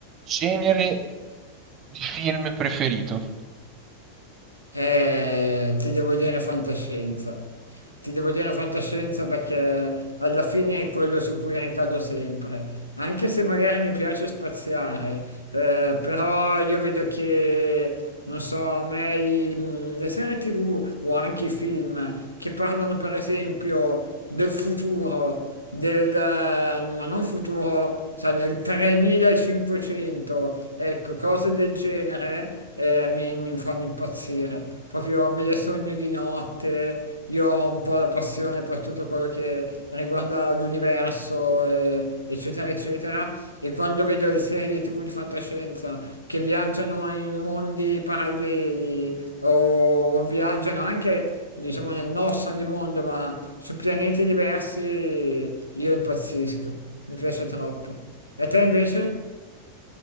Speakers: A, on the right; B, on the left.
A: Genere di film preferito?
B: Eh, ti devo dire fantascienza. Ti devo dire fantascienza perché alla fine è quello su cui ricado sempre. Anche se magari mi piace spaziare, eh, però io vedo che, non so, a me i- mh, le serie TV o anche i film che parlano per esempio del futuro del, ma non futuro, cioè nel 3500, ecco, cose del genere eh, mi, mi fanno impazzire, proprio me le sogno di notte, io ho un po' la passione per tutto quello che riguarda l'universo, eh, eccetera, eccetera, e quando vedo le serie TV di fantascienza che viaggiano in mondi paralleli o, o viaggiano anche diciamo nel nostro di mondo, ma su pianeti diversi io impazzisco, mi piace troppo. E te invece?